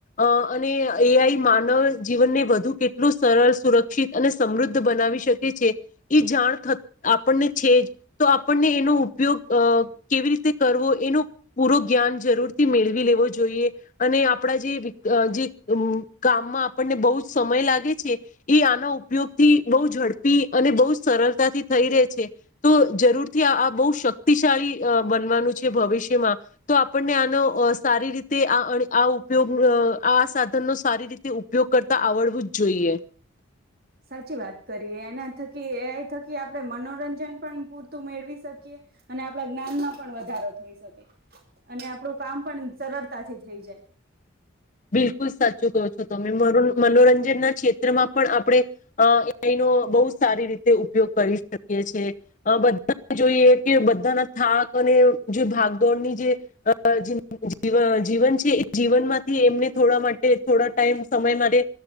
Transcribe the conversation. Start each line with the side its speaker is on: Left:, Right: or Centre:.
Left: અહ અને એ આઈ માનવ જીવનને વધુ કેટલું સરળ, સુરક્ષિત અને સમૃદ્ધ બનાવી શકે છે. એ જાણ થ આપણને છે જ. તો આપણને એનો ઉપયોગ અહ કેવી રીતે કરવો એનો પૂરો જ્ઞાન જરૂરથી મેળવી લેવો જોઈએ. અને આપણા જે વિક્ત જે અમ્મ કામમાં આપણને બહુ જ સમય લાગે છે, એ આનો ઉપયોગથી બહુ ઝડપી અને બહુ જ સરળતાથી થઈ રહે છે. તો જરૂરથી આ બહુ શક્તિશાળી અહ બનવાનું છે ભવિષ્યમાં. તો આપણને અહ આનો સારી રીત તે આ અને ઉપયોગ આ અહ આ સાધન નો સારી રીતે ઉપયોગ કરતા આવડવું જ જોઈએ.
Right: સાચી વાત કરીએ. એના થકી એ આઈ થકી આપણે મનોરંજન પણ પૂરતું મેળવી શકીએ અને આપણા જ્ઞાનમાં પણ વધારો થઈ શકીએ. અને આપણું કામ પણ સરળતાથી થઈ જાય.
Left: બિલકુલ સાચું કહો છો તમે. મનો-મનોરંજન ના ક્ષેત્રમાં પણ આપણે અહ એનો બહુ સારી રીતે ઉપયોગ કરી શકીએ છે. અહ બધા જોઈએ કે બધાના થાક અને જુ ભાગદોડની જે અહ જી-જીવન-જીવન છે એ જીવનમાં થી એમને થોડા માટે થોડા ટાઈમ સમય માટે